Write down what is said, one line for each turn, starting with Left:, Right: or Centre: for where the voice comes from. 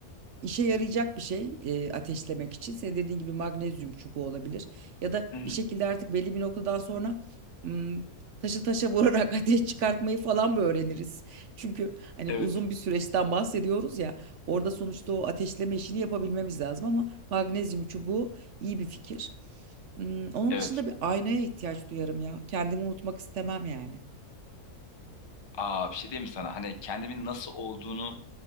Right: işe yarayacak bir şey eh, ateşlemek için. Senin dediğin gibi magnezyum çubuğu olabilir. Ya da
Left: hı, hı.
Right: bir şekilde artık belli bir noktadan sonra hmm, taşı taşa vurarak <laughs> ateş çıkartmayı falan mı öğreniriz? Çünkü hani
Left: Evet
Right: uzun bir süreçten bahsediyoruz ya. Orada sonuçta o ateşleme işini yapabilmemiz lazım ama magnezyum çubuğu iyi bir fikir. Hmm, onun
Left: evet.
Right: dışında bir aynaya ihtiyaç duyarım ya. Kendimi unutmak istemem yani.
Left: Aa bir şey diyeyim mi sana? Hani kendimin nasıl olduğunu